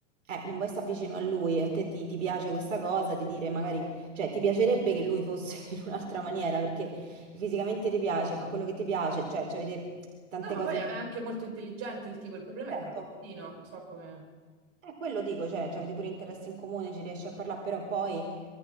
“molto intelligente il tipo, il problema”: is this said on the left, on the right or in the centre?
Right